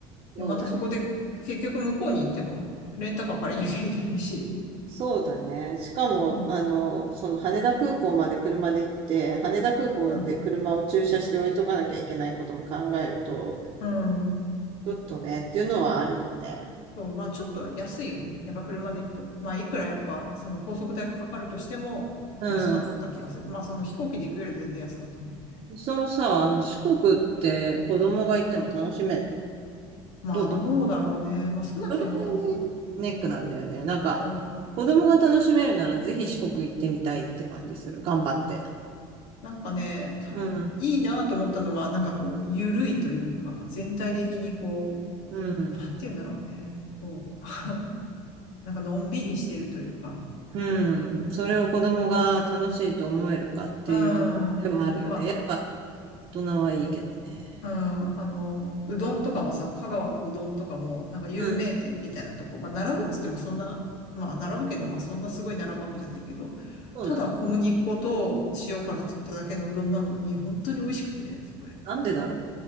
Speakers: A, on the right (about 50°); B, on the left (about 70°).
A: そうだね。
B: で、またそこで結局向こうに行ってもレンタカー借りなきゃいけないし。
A: そうだね。しかも、
B: うん。
A: あの、その羽田空港まで車で行って、羽田空港で車を駐車して置いとかなきゃいけないことも考えると、
B: うん。うん
A: ちょっとね、っていうのはあるよね。
B: そう、まあちょっと安いよね。やっぱ車で行くと。まあいくらやっぱその高速代がかかるとしても安かった気がする。
A: うん。
B: まあその飛行機で行くより全然安かったね。
A: そのさ、あの四国って子供が行っても楽しめるの
B: まあどうだろうね。
A: どうかな
B: まあ少なくとも、
A: それがね、ネックなんだよね。なんか、
B: うん、
A: 子供が楽しめるならぜひ四国行ってみたいって感じする。頑張って。
B: なんかね、たいいなと思ったのはなんかこう、
A: うん、
B: 緩いというか、全体的にこ
A: うん、
B: う、なんて言うんだろうね。こう、なんかのんびりしてるというか。
A: うん。それを子供が楽しいと思えるかっていうところではあるよね。
B: うん。ま
A: やっぱ大人はいいけどね。
B: うん、あの、うどんとかもさ、香川のうどんとかも、なんか有名店みたいなとこ、
A: うん、
B: まあ、並ぶっつってもそんな、まあ、並ぶけど、まあ、そんなすごい並ぶわけじゃないけど、
A: そうなんだ。
B: ただ小麦粉と塩から作っただけのうどんなのに、
A: うん。
B: 本当に美味しくて、そこで。
A: なんでだろ